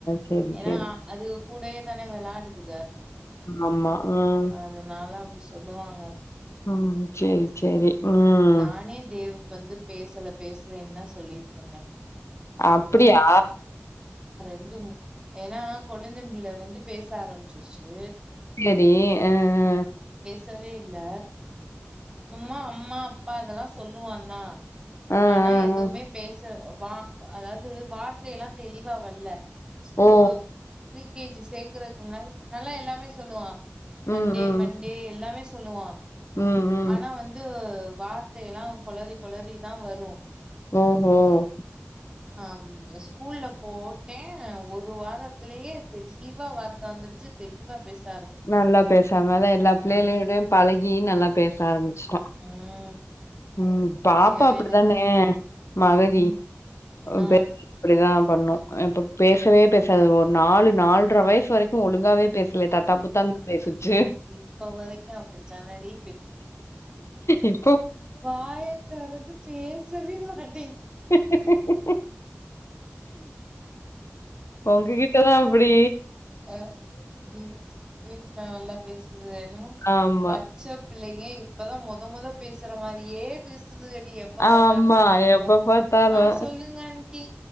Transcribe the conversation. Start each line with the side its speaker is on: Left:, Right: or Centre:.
Left: செரி
Right: ஏன்னா
Left: செரி
Right: அது கூடயே தான வெளாடுது
Left: ஆமா ம்
Right: அதனால அப்டி சொல்லுவாங்க
Left: ம் சேரி சேரி ம்
Right: நானே தேவ் வந்து பேசல பேசலைன்தா சொல்லிட்ருந்தே
Left: அப்டியா
Right: ண்டும் ஏன்னா கொழுந்தம் பிள்ள வந்து பேச ஆரம்பிச்சிருச்சு
Left: சேரி ஆ ஆ
Right: சவே இல்ல சும்மா அம்மா அப்பா அதெல்லா சொல்லுவா தா
Left: ஆ ஆ ஆ
Right: ஆனா எதுவுமே
Left: ஆ
Right: பேஸ் து வா அதாவது வார்த்தை எல்லா தெளிவா வல்ல ஸ்பூ
Left: ஓ
Right: ஸ்பீ கே ஜி சேர்க்கறக்கு நல்லா எல்லாமே சொல்லுவா சண்டே
Left: ம் ம்
Right: மண்டே எல்லாமே சொல்லுவா
Left: ம் ம்
Right: ஆனா வந்து வார்த்தை எல்லா கொளறி கொளறிதா வரும்
Left: ம் ம்
Right: ம் ப ஸ்கூல்ல போட்டே ஒரு வாரத்துலயே தெளிவா வார்த்த வந்துருச்சு தெளிவா பேஸ்
Left: நல்லா பேசாமதா எல்லா பிள்ளைளுடையு
Right: ம்
Left: பழக் இ நல்லா பேச ஆரம்பி ஷ்டோ
Right: ம்
Left: ம் பாப்பா
Right: ஐயோ
Left: அப்புடித்தானே
Right: எனக்கு
Left: மகதி
Right: ம்
Left: <unintelligible>
Right: ஆ
Left: ப்புடிதா பண்ணும் இப்ப பேசவே பேசாது ஒரு நாலு நாலரை வயசு வரைக்கும் ஒழுங்காவே பேஸ் ல்லே தாத்தா புத்தான்னு
Right: இப்
Left: பேசிச்சு
Right: இப்ப வரைக்கு அப்படித்தானடி
Left: இப்போ
Right: வாயத் தறந்துசு பேசவே மாட்
Left: <unintelligible> உங்க
Right: ம்
Left: கிட்டதா அப்புட் பே
Right: அ வீட் வீட்ல நல்லா பேசுதுங்க ஏன்னமோ
Left: ஆமா
Right: பச்ச பிள்ளைங்க இப்பதா மொத மொத பேசுற மாரியே பேசுது அது எப்ப பாத்தாலும்
Left: ஆமா
Right: உன் மகளுக
Left: எப்ப பாத்தாலு
Right: ஆ சொல்லுங்க ஆன்ட்டி